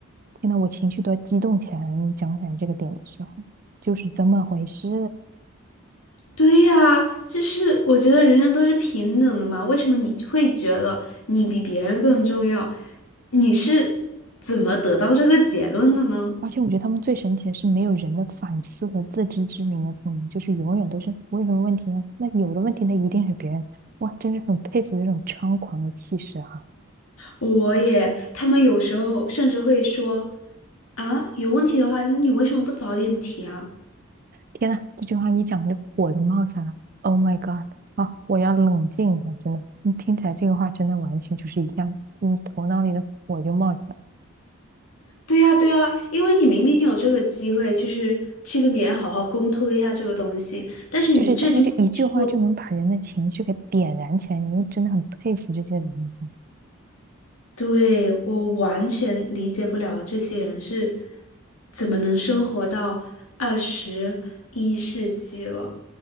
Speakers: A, on the right; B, on the left.
A: 天呐，我情绪都要激动起来了。你讲起来这个点的时候，就是这么回事。
B: 对呀，就是我觉得人人都是平等的嘛，为什么你会觉得你比别人更重要？你是怎么得到这个结论的呢？
A: 而且我觉得他们最神奇的是，没有人的反思和自知之明的可能，就是永远都是我有什么问题呢？那有的问题，那一定是别人。哇，真是很佩服这种猖狂的气势哈！
B: 我也，他们有时候甚至会说，啊，有问题的话，那你为什么不早点提啊？
A: 天呐，这句话一讲，就火就冒起来了。Oh my god！啊，我要冷静一下，真的。你听起来这个话，真的完全就是一下，嗯，头脑里的火就冒起来了
B: 对呀，对呀，因为你明明有这个机会，就是去跟别人好好沟通一下这个东西，但是你这句话。
A: 就是他们就一句话就能把人的情绪给点燃起来，你就真的很佩服这些人。
B: 对，我完全理解不了这些人是怎么能生活到二十一世纪了。